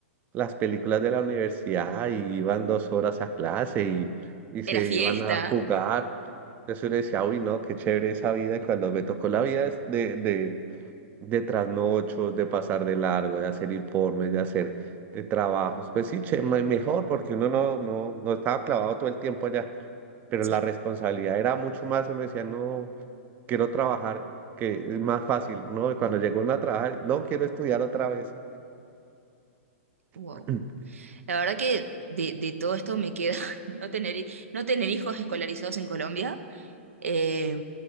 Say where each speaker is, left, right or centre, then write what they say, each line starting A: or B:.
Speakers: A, on the right; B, on the right.
A: las películas de la universidad y iban dos horas a clase y, y se
B: Era fiesta.
A: iban a jugar. Entonces yo le decía, uy, no, qué chévere esa vida. Y cuando me tocó la vida de, de, de trasnochos, de pasar de largo, de hacer informes, de hacer de trabajos. Pues sí, che, me- mejor, porque uno no, no, no estaba clavado todo el tiempo allá, pero
B: Sí.
A: la responsabilidad era mucho más. Uno decía, no, quiero trabajar, que es más fácil, ¿no? Y cuando llegó uno a trabajar, no, quiero estudiar otra vez.
B: Wow.
A: <clears throat>
B: La verdad que de, de todo esto me queda <laughs> no tener, hi- no tener hijos escolarizados en Colombia eh,